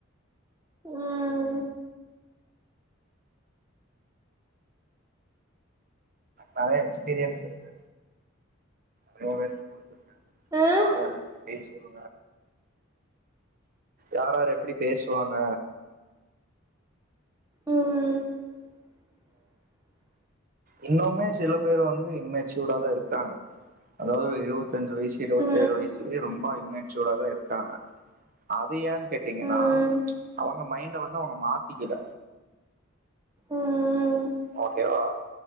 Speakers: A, on the right; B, on the right.
A: ம்
B: நெறைய எக்ஸ்பீரியன்ஸ் இருக்கு நெறைய பேத்து குடுத்துருக்கே
A: ஆ
B: யாரார் எப்டி பேசுவாங்க யாரார் எப்படி பேசு சுவாங்க
A: ம் <inaudible>
B: இன்னமுமே சில பேர் வந்து இம்மெச்சூடாதா இருக்காங்க அதாவது இருவது தஞ்சு வயசு இருவத்தேழு
A: ம்
B: வயசுலயே ரொம்ப இம்மெச்சூடாதா இருக்காங்க அது ஏன்னு கேட்டீங்கன்னா
A: ம்
B: அவுங்க மைண்ட வந்து அவுங்க மாத்திக்கில
A: ம் ம்
B: ஓகேவா